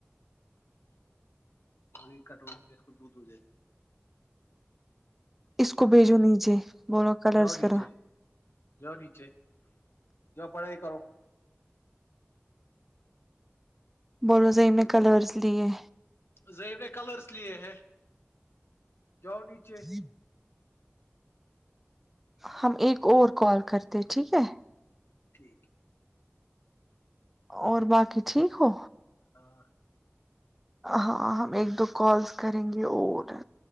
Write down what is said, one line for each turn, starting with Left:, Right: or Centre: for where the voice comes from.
Left: دی کٹوری میں اس کو دودھ دھ دے
Centre: اس کو بھیجو نیچے بولو کلرس
Left: جاؤ نیچے
Centre: کرو
Left: نیچے جو پڑھائی کرو
Centre: بولو صی میں کلرس لی ہے
Left: زی نے کلرس لیے ہے جاؤ نیچے
Centre: جی ہم ایک اور کال کرتے ٹھیک ہے
Left: ٹھیک
Centre: اور باقی ٹھیک ہو
Left: ہاں
Centre: ہاں ہم ایک دو کالس کریں گے اور